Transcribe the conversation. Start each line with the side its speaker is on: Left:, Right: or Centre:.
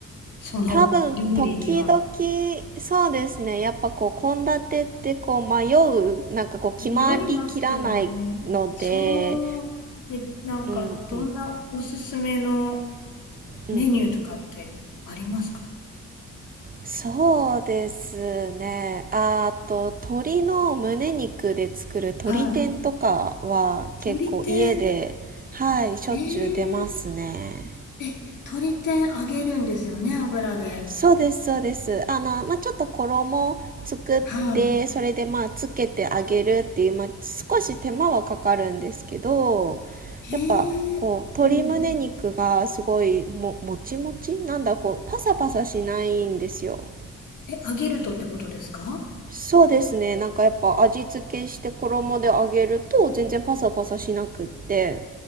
Left: その料理には。
Right: 多分時々そうですねやっぱこう献立ってこう迷うなんかこう決まりきらないので
Left: 迷いますよね。そう。え、なんか、
Right: うんうん
Left: どんなおすすめの
Right: うん
Left: メニューとかってありますか
Right: そうですねああと鶏の胸肉で作る鶏天とかは結構家ではいしょっちゅう出ますね
Left: はい。鶏天。えええ、鶏天揚げるんですよね、油で。
Right: そうですそうです。あの、まあ、ちょっと衣を作って、
Left: は
Right: それでまあつけてあげるっていう、まあ、少し手間はかかるんですけど、
Left: い。
Right: やっぱこう鶏胸肉がすごいも、
Left: へえ、うん。
Right: もちもちなんだこうパサパサしないんですよ。
Left: え、揚げるとってことですか
Right: そうですね。なんかやっぱ味付けして衣で揚げると全然パサパサしなくって。